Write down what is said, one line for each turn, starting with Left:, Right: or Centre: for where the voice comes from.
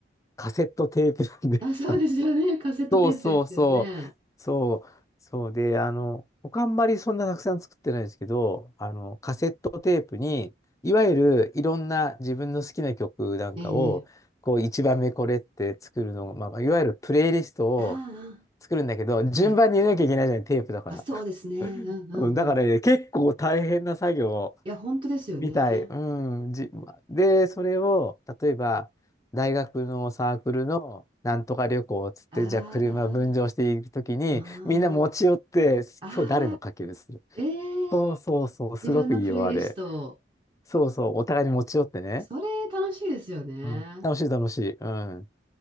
Left: カセットテープなんで。
Right: あ、そうですよね。
Left: <laughs>
Right: カセットテープですよね。
Left: そうそうそう。そう。そうで、あの、僕あんまりそんなたくさん作ってないですけど、あの、カセットテープに、いわゆるいろんな自分の好きな曲なんかを、
Right: ええ、ええ
Left: こう、一番目これって作るの、まあ、いわゆるプレイリストを
Right: あ
Left: 作るんだけど、順番に入れなきゃいけないじゃない、
Right: あ、はい。
Left: テープだから。
Right: あ、そうですね。うんうんうん。
Left: うん、だからね、
Right: い
Left: 結構大変な作業。
Right: や、本当ですよね。
Left: みたい。うん。じ、で、それを、例えば、大学のサークルのなんとか旅行っつって、
Right: ああ、
Left: じゃあ車分乗していくときに、
Right: あ
Left: みんな持ち寄って、
Right: あ、ああ、
Left: 今日誰のかけるする。
Right: え
Left: そうそうそう、
Right: え
Left: すごくいいよ、
Right: 自分のプレイリスト。
Left: あれ。そうそう、お互いに持ち寄ってね。
Right: それ楽しいですよね。
Left: うん。楽しい、楽しい。うん。